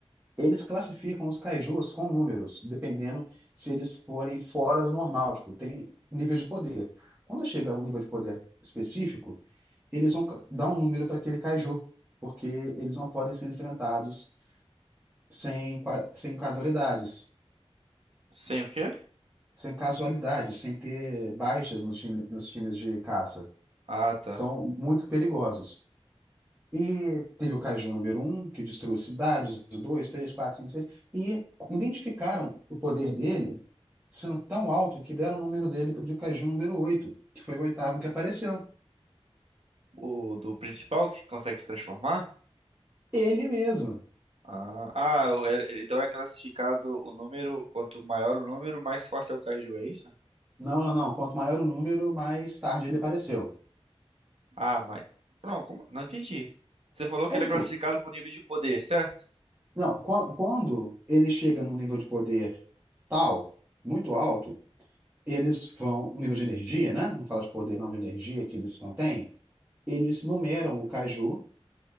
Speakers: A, on the right; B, on the right.
A: Eles classificam os kaijus com números, dependendo se eles forem fora do normal, tipo, tem níveis de poder. Quando chega a um nível de poder específico, eles vão ca- dar um número para aquele kaiju, porque eles não podem ser enfrentados sem, qua- sem casualidades,
B: Sem o quê?
A: sem casualidades, sem ter baixas no time, nos times de caça.
B: Ah, tá.
A: São muito perigosos. E teve o kaiju número um, que destruiu cidades, dois, três, quatro, cinco, seis, e identificaram o poder dele sendo tão alto que deram o número dele para o de Kaiju número oito, que foi o oitavo que apareceu.
B: O do principal que consegue se transformar?
A: Ele mesmo.
B: Ah, ah, o- é- então é classificado o número, quanto maior o número, mais forte é o Kaiju, é isso?
A: Não, não, não. Quanto maior o número, mais tarde ele apareceu.
B: Ah, mas. Não, como? Não entendi. Você falou que
A: É
B: ele
A: tipo,
B: é classificado por nível de poder, certo?
A: não, qua- quando ele chega num nível de poder tal, muito alto, eles vão, o nível de energia, né? Não fala de poder, não de energia que eles contêm. Eles numeram o Kaiju